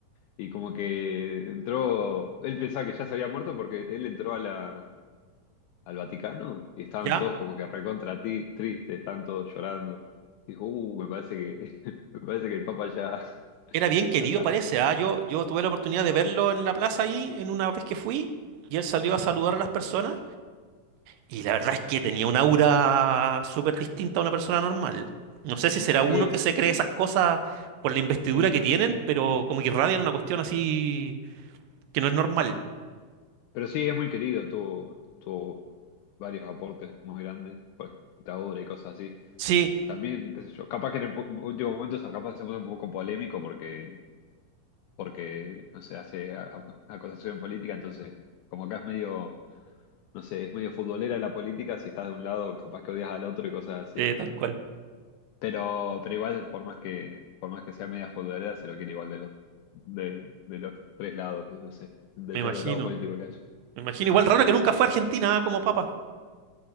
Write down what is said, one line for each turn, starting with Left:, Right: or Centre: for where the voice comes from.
Left: Y como que entró, él pensaba que ya se había muerto porque él entró a la, al Vaticano y estaban
Right: ya.
Left: todos como que recontra ti, tristes, estaban todos llorando. Dijo, uh, me parece que, <laughs> me parece que el Papa ya, <laughs>
Right: Era bien querido,
Left: ya está.
Right: parece. Ah, yo, yo tuve la oportunidad de verlo en la plaza ahí, en una vez que fui, y él salió a saludar a las personas. Y la verdad es que tenía un aura súper distinta a una persona normal. No sé si será
Left: Sí,
Right: uno
Left: em-
Right: que se cree esas cosas por la investidura
Left: y no
Right: que tienen,
Left: sé. no.
Right: pero como que irradian una cuestión así que no es normal.
Left: Pero sí, es muy querido, tuvo, tuvo varios aportes muy grandes por esta obra y cosas así.
Right: Sí,
Left: También, qué sé yo, capaz que en el po- último momento eso capaz se puso un poco polémico porque, porque no sé, hace a- a- acusación política, entonces como acá es medio no sé, es medio futbolera la política, si estás de un lado, capaz que odias al otro y cosas así.
Right: eh, tal cual.
Left: Pero, pero igual, por más que, por más que sea media futbolera, se lo quiere igual de los, de, de los tres lados, no sé, de
Right: Me
Left: todos
Right: imagino.
Left: los lados políticos que haya.
Right: Me imagino. Igual raro que nunca fue a Argentina como papa.